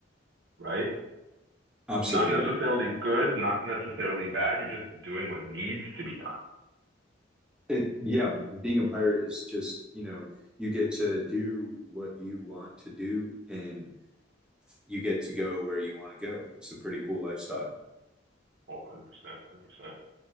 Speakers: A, on the right; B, in the centre.
A: right?
B: Absolutely.
A: Not necessarily good, not necessarily bad. You're just doing what needs to be done.
B: It, yeah, being a pirate is just, you know, you get to do what you want to do and you get to go where you want to go. It's a pretty cool lifestyle.
A: Oh, 100%, 100%.